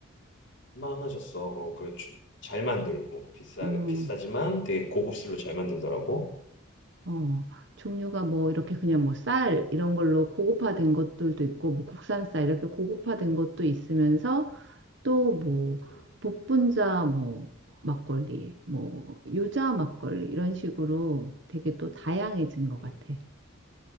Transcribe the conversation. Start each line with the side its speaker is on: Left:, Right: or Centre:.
Left: 만하셨어. 어, 그, 주- 잘 만들고, 비싸,
Right: 어,
Left: 비싸지만 되게 고급스로 잘 만들더라고.
Right: 어. 종류가 뭐 이렇게 그냥 뭐 쌀 이런 걸로 고급화된 것들도 있고, 뭐 국산 쌀 이렇게 고급화된
Left: 음,
Right: 것도 있으면서 또 뭐
Left: 음,
Right: 복분자 뭐 막걸리, 뭐 유자 막걸리 이런 식으로 되게 또 다양해진 것 같아.
Left: 음,